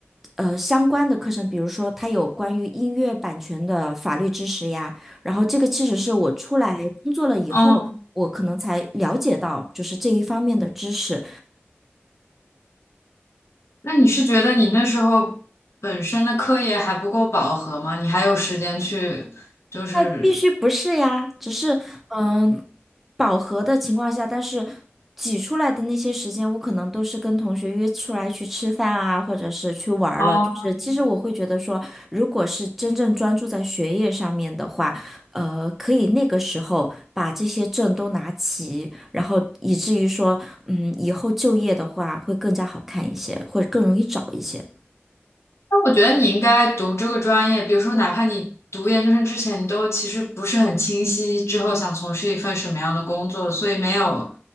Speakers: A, in the centre; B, on the left.
A: 呃相关的课程，比如说它有关于音乐版权的法律知识呀，然后这个其实是我出来工作了以后，
B: 哦，
A: 我可能才了解到就是这一方面的知识，
B: 那你是觉得你那时候本身的课业还不够饱和吗？你还有时间去，就是
A: 那必须不是呀，只是嗯、呃饱和的情况下，但是挤出来的那些时间，我可能都是跟同学约出来去吃饭啊，或者是去玩儿了。
B: 哦，
A: 就是其实我会觉得说，如果是真正专注在学业上面的话，呃，可以那个时候把这些证都拿齐，然后以至于说，嗯，以后就业的话会更加好看一些，或者更容易找一些。
B: 那我觉得你应该读这个专业，比如说哪怕你读研究生之前，你都其实不是很清晰之后想从事一份什么样的工作，所以没有